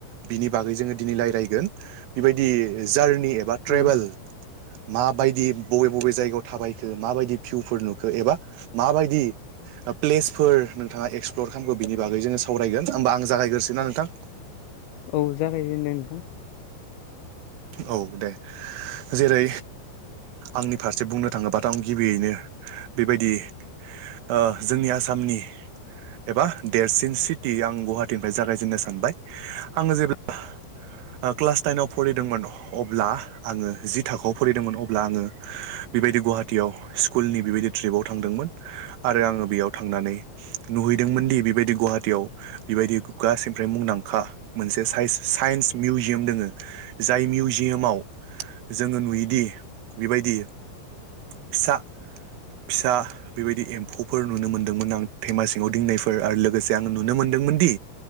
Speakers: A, on the right; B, on the left.
A: बिनि बागै जोङो दिनै रायलायगोन बेबायदि जारनि एबा
B: औ
A: ट्रेभेल माबायदि बबे बबे जायगायाव थाबायखो माबायदि भिउफोर नुखो एबा माबायदि ओ प्लेसफोर नोंथाङा एक्सप्लर खालामखो बिनि बागै जो सावरायगोन होमबा आं जागायग्रोसैना नोंथां?
B: औ जागायजेनदो नोंथां।
A: औ दे जेरै आंनि फारसे बुंनो थाङोबाथ' आं गिबियैनो बेबायदि ओ जोंनि आसामनि एबा देरसिन सिटि आं गुहाटिनिफ्राय जागायजेननो सानबाय आङो जेब्ला क्लास टाइनाव फरायदोंमोन अब्ला आङो जि थाखोआव फरिदोंमोन अब्ला आङो बेबायदि गुहाटियाव स्कुलनि बेबायदि ट्रिपाव थांदोंमोन। आरो आङो बेयाव थांनानै नुहैदोंमोन दि बेबायदि गुहाटियाव बेबायदि गासैनिफ्राय मुंदांखा मोनसे साइस-साइन्स मिउजियाम दोङो जाय मिउजियामाव जोङो नुयोदि बेबायदि फिसा फिसा बेबायदि एम्फौफोर नुनो मोन्दोंमोन आं थेमा सिङाव दिननायफोर आरो लोगोसे आङो नुनो मोन्दोंमोन दि